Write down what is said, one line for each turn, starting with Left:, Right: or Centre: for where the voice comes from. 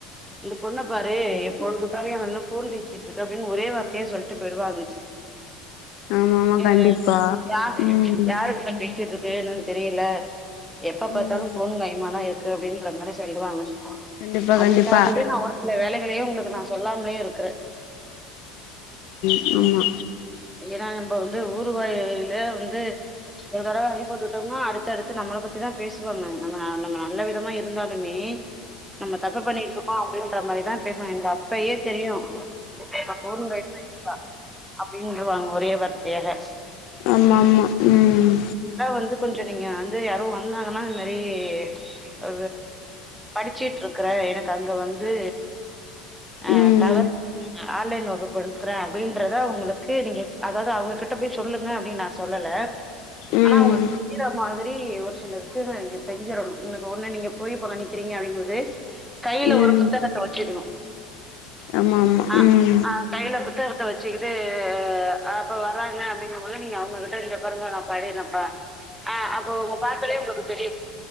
Centre: இந்த பொண்ண பாரு எப்பொ பாத்தாலு போன் பேசிட்டு இருக்கு அப்டின்னு ஒரே வார்த்தையா சொல்ட்டு வருவாங்க
Left: ஆமாமா
Centre: அஹ்
Left: கண்டிப்பா
Centre: யா
Left: ம்
Centre: யாருகிட்ட பேசிட் வேணுனு தெரியல எப்ப பாத்தாலு
Left: ம்
Centre: போன் கையுமா தா இருக் இருக்கு அப்படின்ற மாரி சொல்லுவாங்க
Left: கண்டிப்பா
Centre: அதுக்காகவே
Left: கண்டிப்பா
Centre: நா ஒரு சில வேலைகளயு உங்களுக்கு நா சொல்லாமலே இருக் க்றே
Left: ஆமா
Centre: ஏன்னா நம்ம வந்து ஊர்வாயில வந்து எவ தடவ அடி பட்டுட்டோம்னா அடுத்து அடுத்து நம்மள பத்திதா பேசுவாங்க நம்ம நம்ம நல்ல விதமா இருந்தாலுமே நம்ம தப்பு பண்ணிட்ருக்கோ அப்படின்ற மாரிதா பேசுவ எனக் அப்பையே தெரியு <unintelligible> அப்டின்ருவாங்க ஒரே வார்த்தையாக
Left: ஆமா ம்
Centre: அதா வந்து கொஞ்சம் நீங்க வந்து யாரு வந்தாங்கன்னா அது மாரி ஆ படிச்சுட்டு இருக்றே எனக்கு அங்க வந்து அஹ்
Left: ம் ஆமாமா ம் ம்
Centre: டவர் ஆன்லைன் வகுப்பு எடு றே அப்படின்றத அவங்களுக்கு நீங்க அதாவது அவங்ககிட்ட போய் சொல்லுங்க அப்படின் நா சொல்லல
Left: ம்
Centre: ஆனா உங்களுக் <unintelligible> மாரி ஒரு சிலருக்குதா நீங்க செஞ்சிடணு இ ஒன்னு நீங்க போய் இப்ப நிக்கிறீங்க அப்டிங்போது கையில
Left: ம்
Centre: ஒரு புத்தகத்த வச்சுக்கணு
Left: ஆமாமா
Centre: ஆஹ்
Left: ம்
Centre: ஆஹ் கையில புத்தகத்த வச்சு டு அ இப்ப வராங்க அப்படிங்கம் போது நீங்க உங்க கிட்ட இங்க பாருங்க நா படி அஹ ஆஹ் அப்போ உங்க பாத்தாலே உங்களுக்கு தெரியு